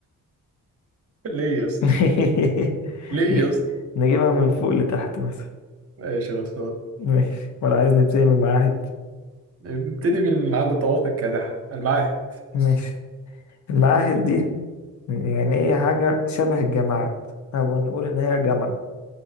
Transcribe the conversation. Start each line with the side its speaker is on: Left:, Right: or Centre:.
Right: ليه يا اسطى؟
Left: <laughs>
Right: ليه
Left: نج-
Right: يا اسطى؟
Left: نجيبها من فوق لتحت مثلا
Right: ماشي يا غلطان
Left: ماشي ولا عايز نبتدي من المعاهد
Right: ابتدي من عند الطواقي الكادح المعاهد
Left: ماشي المعاهد دي يعني هي حاجة شبه الجامعات أو نقول إن هي جامعة